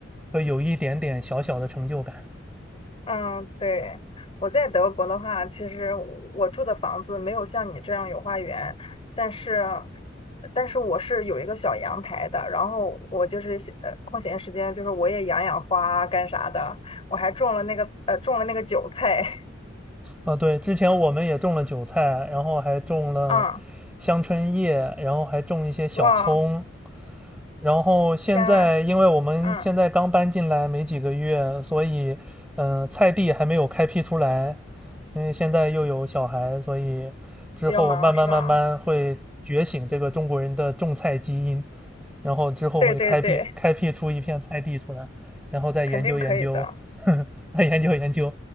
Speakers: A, in the centre; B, on the left.
A: 会有一点点小小的成就感。
B: 嗯，对，我在德国的话，其实我我住的房子没有像你这样有花园，但是，但是我是有一个小阳台的，然后我就是闲呃空闲时间，就是我也养养花啊干啥的，我还种了那个呃种了那个韭菜，
A: 啊，对，之前我们也种了韭菜，然后还种了
B: <laughs> 嗯，
A: 香椿叶，然后还种一些小葱。
B: 哇，
A: 然后现在，
B: 天啊
A: 因为我们现在刚搬进来没几个月，
B: 嗯，
A: 所以，嗯、菜地还没有开辟出来。因为现在又有小孩，所以之后慢慢慢慢会觉醒这个中国人的种菜基因，
B: 比较忙是吧？
A: 然后之后会开辟开辟出一片菜地出来，
B: 对对对，
A: 然后再研究研究，
B: 肯定可以的，
A: 再研究研究，